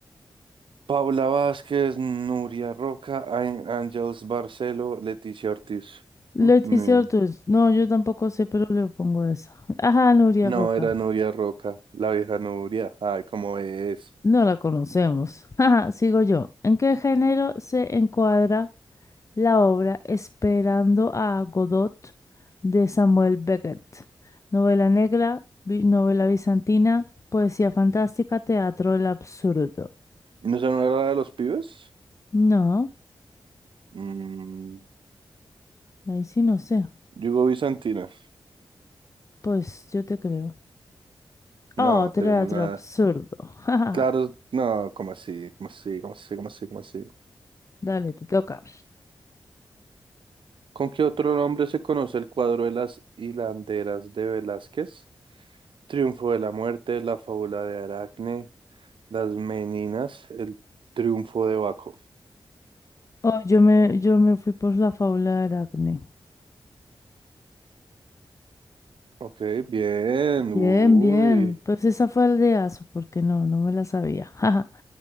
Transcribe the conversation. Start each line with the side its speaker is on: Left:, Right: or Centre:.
Right: Paula Vázquez, Nuria Roca, Ángels Ángels Barcelo, Leticia Ortiz.
Left: Leticia
Right: Mm, ni idea.
Left: Ortiz. No, yo tampoco sé, pero le pongo esa. Ajá, Nuria
Right: No,
Left: Roca.
Right: era Nuria Roca, la vieja Nuria. Ay, cómo es.
Left: No la conocemos. <laughs> Ajá, sigo yo. ¿En qué género se encuadra la obra Esperando a Godot de Samuel Beckett? Novela negra, bi- novela bizantina, poesía fantástica, teatro del absurdo.
Right: ¿No se no era la de los pibes?
Left: No,
Right: Mm,
Left: ahí sí no sé.
Right: Yugo Bizantina.
Left: Pues yo te creo.
Right: No,
Left: Oh, teatro
Right: tenemos nada.
Left: absurdo. <laughs>
Right: Claro, no, ¿Cómo así? ¿Cómo así? ¿Cómo así? ¿Cómo así? ¿Cómo así?
Left: Dale, te toca.
Right: ¿Con qué otro nombre se conoce el cuadro de las hilanderas de Velázquez? Triunfo de la muerte, la fábula de Aracne, las Meninas, el triunfo de Baco.
Left: Oh, yo me, yo me fui por la fábula de Aracne.
Right: Ok, bien,
Left: Bien,
Right: uy,
Left: bien. Pues esa fue el de aso porque no, no me la sabía. <laughs> Jaja.